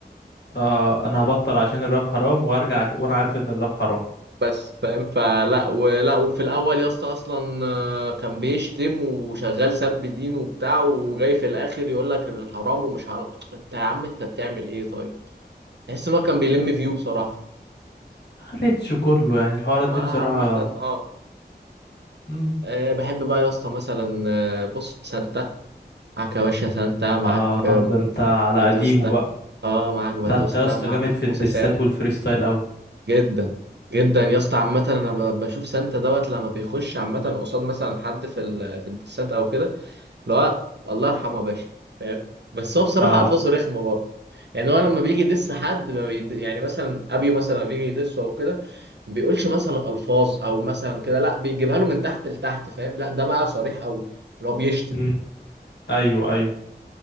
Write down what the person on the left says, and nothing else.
اه انا هبطل عشان الراب حرام وارجع عش... وانا عارف ان الراب حرام
قريتش كله يعني الحوارات دي
بصراحة
مم.
اه
آه، ده انت على
قديمه بقى
ده انت يا اسطى
جامد في
الدسات
والفريستايل اوي
اه
مم. ايوه ايوه